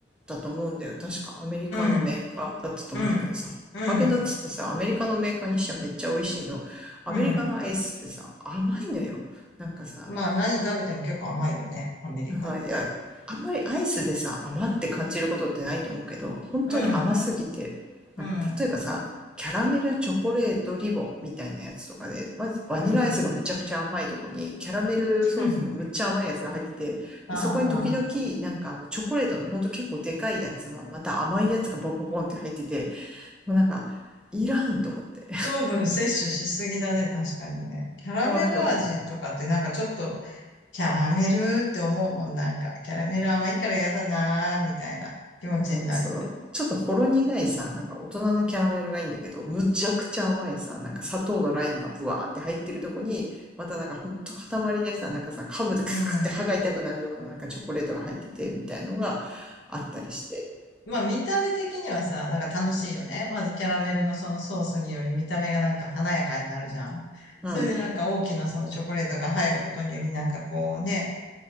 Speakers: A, in the centre; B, on the left.
A: たと思うんだよ。確かアメリカのメーカーだったと思うんだけどさ、
B: うん、うん、うん、
A: ハーゲンダッツってさ、アメリカのメーカーにしてはめっちゃ美味しいの。アメリカのアイスってさ、
B: うん。
A: 甘いのよ。なんかさ、
B: まあ、何食べても結構甘いよね、アメリカって。
A: ああ、いや、あんまりアイスでさ、甘って感じることってないと思うけど、本当に甘すぎて、
B: うん、うん、
A: なんか例えばさ、キャラメルチョコレートリボンみたいなやつとかで、まずバニラアイスがむちゃくちゃ甘いとこに、
B: うん。
A: キャラメルソースのむっちゃ甘いやつが入ってて、
B: <laughs> ああ、
A: でそこに時々なんかチョコレートのほんと結構でかいやつの、また甘いやつがポンポンポンって入ってて、もうなんか、いらんと思って。
B: 糖分摂取しすぎだね、確かにね。キャラメル味とかってなんかちょっと、
A: もうなんか
B: キャラメルって思うもん、なんか、キャラメル甘いから嫌だなー、みたいな気持ちになる。
A: うん、そう。ちょっとほろ苦いさ、なんか大人のキャラメルがいいんだけど、むちゃくちゃ甘いさ、なんか砂糖のラインがブワーって入ってるとこに、またなんかほんと塊でさ、なんかさ、噛むとカクって歯が痛くなるようななんかチョコレートが入ってて、
B: うん。うん。
A: みたいのがあったりして。
B: まあ見た目的にはさ、なんか楽しいよね。まずキャラメルのそのソースにより見た目がなんか華やかになるじゃん。
A: うん。
B: それでなんか大きなそのチョコレートが入ることによりなんかこうね、